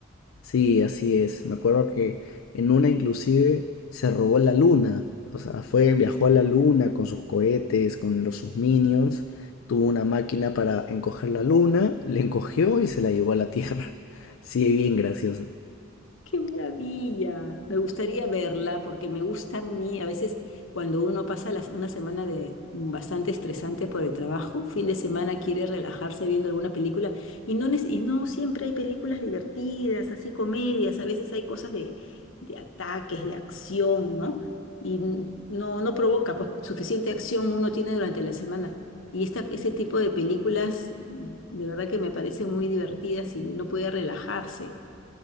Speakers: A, on the left; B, on the left.
A: Sí, así es. Me acuerdo que en una inclusive se robó la luna. O sea, fue, viajó a la luna con sus cohetes, con los sus minions. Tuvo una máquina para encoger la luna, la encogió y se la llevó a la Tierra. <laughs> Sí, bien graciosa.
B: Qué maravilla. Me gustaría verla porque me gusta a mí. A veces cuando uno pasa las- una semana de bastante estresante por el trabajo, fin de semana quiere relajarse viendo alguna película y no, nece- y no siempre hay películas divertidas, así comedias. A veces hay cosas de, de ataques, de acción, ¿no? Y n- no, no provoca, pues suficiente acción uno tiene durante la semana. Y esta, ese tipo de películas mm, de verdad que me parecen muy divertidas y uno puede relajarse.